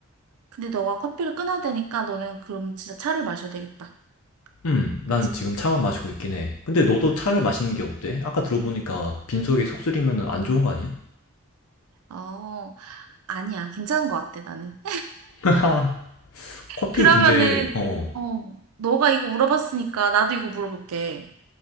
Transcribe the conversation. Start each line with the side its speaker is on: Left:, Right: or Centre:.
Right: 근데 너가 커피를 끊어야 되니까 너는 그럼 진짜 차를 마셔야 되겠다.
Left: 음, 난
Right: 그치?
Left: 지금 차만 마시고 있긴 해. 근데 너도 차를
Right: 응.
Left: 마시는 게 어때? 아까 들어보니까 빈속에 속 쓰리면은 안 좋은 거 아니야?
Right: 어, 아니야. 괜찮은 것 같아, 나는.
Left: <laughs> 커피
Right: 그러면은,
Left: 근데 어 어.
Right: 어, 너가 이거 물어봤으니까 나도 이거 물어볼게.